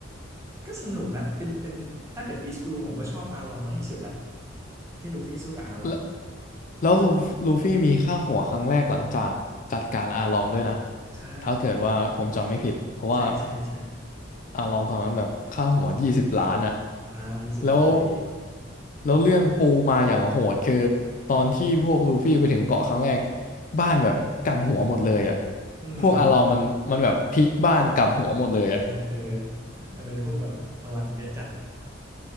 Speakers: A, on the right; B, on the left.
A: ก็สนุกนะเป็นเป็นถ้าเกิดอีส b บลูผมก็ชอบอาลองมากที่สุดแหละที่ลูฟี่สู้กับอาลองอ่ะ
B: แล้วแล้วลูลูฟี่มีค่าหัวครั้งแรกหลังจากจัดการอาลองด้วยนะ
A: ใช่
B: ถ้าเกิดว่าผมจำไม่ผิดเพราะว่า
A: ใช่ใช่ใช่
B: อาลองตอนนั้นแบบค่าหัวยี่สิบล้านอะ
A: อ่ายี่สิบล้านเบอร์รี่
B: แล้วแล้วเรื่องปูมาอย่างโหดคือตอนที่พวกลูฟี่ไปถึงเกาะครั้งแรกบ้านแบบกลับหัวหมดเลยอะ
A: อืม
B: พวกอาลองมันมันแบบพลิกบ้านกลับหัวหมดเลยอะ
A: <laughs> เออมันเป็นพวกแบบพลังเยอะจัด